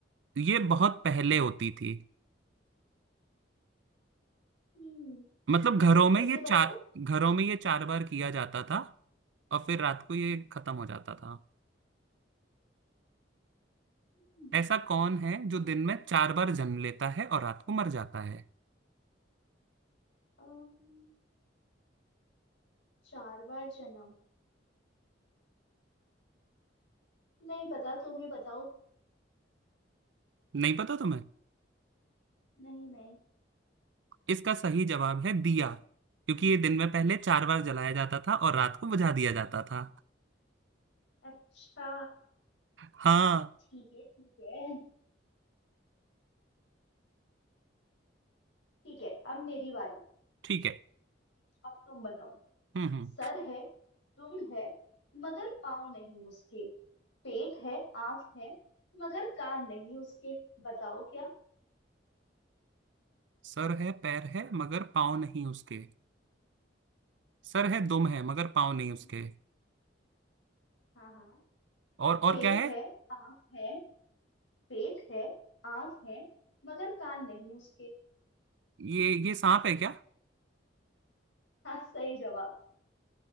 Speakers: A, on the right (about 70°); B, on the left (about 80°).
A: ये बहुत पहले होती थी
B: हम्म
A: मतलब घरों
B: फिर
A: में ये
B: से बताओ
A: चार घरों में ये चार बार किया जाता था और फिर रात को ये खत्म हो जाता था
B: हम्म
A: ऐसा कौन है जो
B: ऐसे
A: दिन में चार बार जन्म लेता है और रात को मर जाता है
B: अम, चार बार जन्म नहीं पता तुम ही बताओ
A: नहीं पता तुम्हें
B: नहीं नहीं
A: इसका सही जवाब है दिया क्योंकि ये दिन में पहले चार बार जलाया जाता था और रात को बुझा दिया जाता था
B: अच्छा
A: हाँ
B: ठीक है ठीक है ठीक है अब मेरी बारी
A: ठीक है
B: अब तुम बताओ
A: हम्म हम्म
B: सर है तुम है मगर पाँव नहीं उसके पेट है आंख है मगर कान नहीं उसके बताओ क्या
A: सर है पैर है मगर पाँव नहीं उसके सर है दुम है मगर पाँव
B: हम्म।
A: नहीं उसके
B: हाँ हाँ
A: और
B: पेट
A: और क्या है
B: है आंख है पेट है आंख है मगर कान नहीं उसके
A: ये ये सांप है क्या
B: हाँ सही जवाब